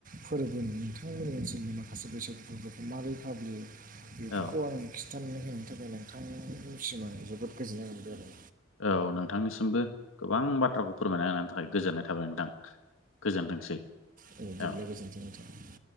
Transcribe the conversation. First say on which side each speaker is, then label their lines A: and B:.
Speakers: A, on the right; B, on the left.
A: फोरबोनि नोंथांमोननि ओनसोलनि माखासे बैसागु फोरबोखौ माबोरै फालियो बेफोरखौ
B: औ
A: आं खिथानानै होनो थाखाय नोंथांनिसिम आं जोबोद गोजोननाय मोनदों आरो
B: औ नोंथांनिसिमबो गोबां बाथ्राखौ फोरमायना होनायनि थाखाय गोजोननाय थाबाय नोंथां गोजोनथोंसै
A: दे बिदिब्ला
B: औ
A: नोंथां